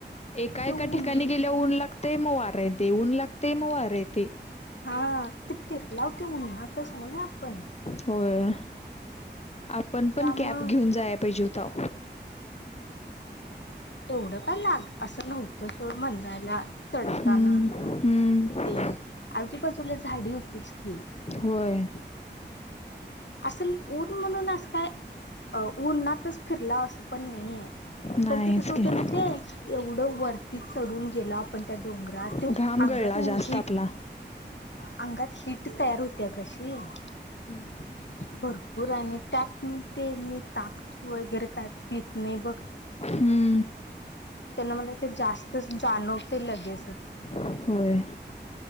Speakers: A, on the left; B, on the left.
A: एका
B: ते
A: एका
B: ऊन
A: ठिकाणी गेल्या ऊन लागतेय मग वारेन देऊन लागतेय मग वार येतय
B: हा ते फिरला होती उन्हातच न् आपण
A: होय आपण पण
B: त्यामुळं
A: कॅब घेऊन जाय पाहिजे होता
B: तेवढं काय लाग असं नव्हतं सोड म्हणणायला चढताना
A: हम्म हम्म
B: तेन आजूबाजूला झाडी होतीच की
A: होय
B: असल ऊन म्हणूनस काय अ उन्हातच फिरला असं पण नाहीये
A: नाहीच
B: पण ते कस होत
A: घे
B: माहीते एवढं वरती चढून गेला आपण त्यांच्याकडं डोंगरा ते
A: घाम
B: अंगात
A: गळला जास्त
B: हिट
A: आपला
B: अंगात हिट तयार होते अगशी हम
A: ह <inaudible>
B: भरपूर आणि त्यात ते मी ताक वगैरे काय पित नाही बघ
A: हम्म
B: त्यांना मला ते जास्तच जाणवते लगेचच
A: होय